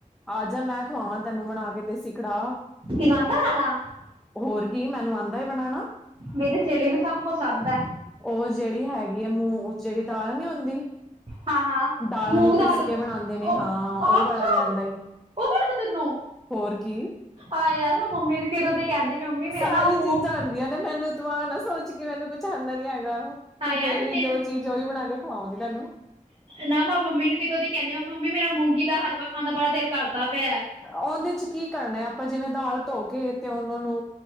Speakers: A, in the centre; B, on the right.
A: ਆ ਜਾ ਮੈਂ ਖਵਾਵਾਂ ਤੈਨੂੰ ਬਣਾ ਕੇ ਦੇਸੀ ਕੜਾਹ।
B: ਤੈਨੂੰ ਆਂਦਾ ਬਣਾਣਾ
A: ਹੋਰ ਕੀ ਮੈਨੂੰ ਆਂਦਾ ਏ ਬਣਾਣਾ।
B: ਮੇਰੀ ਸਹੇਲੀ ਨੂੰ ਸਭ ਕੁਛ ਆਦਾ ਹੈ।
A: ਉਹ ਜਿਹੜੀ ਹੈਗੀ ਹੈ ਮੂੰਹ, ਜਿਹੜੀ ਤਾਰ ਨੀ ਹੋਂਦੀ
B: ਹਾਂ ਹਾਂ
A: ਦਾਲ
B: ਮੂੰਗ
A: ਨੂੰ ਪਿਸ
B: ਉਹ
A: ਕੇ ਬਣਾਉਂਦੇ ਨੇ ਹਾਂ,
B: ਅੱਛਾ
A: ਉਹ ਵਾਲਾ ਵੀ ਆਉਂਦਾ ਏ।
B: ਉਹ ਵੀ ਆਂਦਾ ਤੈਨੂੰ
A: ਹੋਰ ਕੀ,
B: ਹਾਂ ਯਾਰ ਮੈਂ ਮੰਮੀ ਨੂੰ ਕਿਦੋਂ ਦੀ ਕਹਿੰਦੀ ਪਈ ਮੰਮੀ ਮੇਰਾ
A: ਸਾਰੀ
B: ਨਾ ਮੂੰਹ
A: ਚੀਜ਼ਾਂ ਆਉਂਦੀਆਂ ਨੇ ਮੈਨੂੰ ਤੂੰ ਆ ਨਾ ਸੋਚ ਕੇ ਮੈਨੂੰ ਕੁੱਛ ਆਉਂਦਾ ਨੀ ਹੈਗਾ,
B: ਹਾਂ
A: ਤੂੰ
B: ਯਾਰ
A: ਕਹੇਗੀ
B: ਸਚਿਨ
A: ਜੋ ਚੀਜ਼ ਉਹੀ ਬਣਾ ਕੇ ਖਵਾਵਾਂਗੀ ਤੈਨੂੰ।
B: ਨਾ ਮੈਂ ਮੰਮੀ ਨੂੰ ਕਿਦੋਂ ਨੀ ਕਹਿੰਦੀ ਆ, ਮੈਂ ਕਿਹਾ ਮੰਮੀ ਮੇਰਾ ਮੂੰਗੀ ਦਾ ਹਲਵਾ ਖਾਣ ਦਾ ਬੜਾ ਦਿਲ ਕਰਦਾ ਪਿਆ।
A: ਉਹਦੇ ਚ ਕੀ ਕਰਨਾ ਹੈ ਆਪਾਂ, ਜਿਵੇਂ ਦਾਲ ਧੋ ਕੇ ਤੇ ਉਹਨਾਂ ਨੂੰ